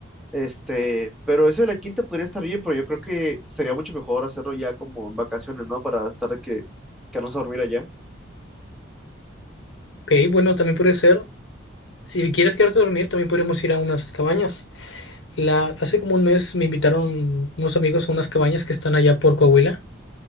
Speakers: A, in the centre; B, on the left.
A: Este, pero eso de la quinta podría estar bien, pero yo creo que sería mucho mejor hacerlo ya como en vacaciones, ¿no? Para estar de que quedarnos a dormir allá.
B: Ok, bueno, también puede ser. Si quieres quedarte a dormir, también podríamos ir a unas cabañas. La, hace como un mes me invitaron unos amigos a unas cabañas que están allá por Coahuila.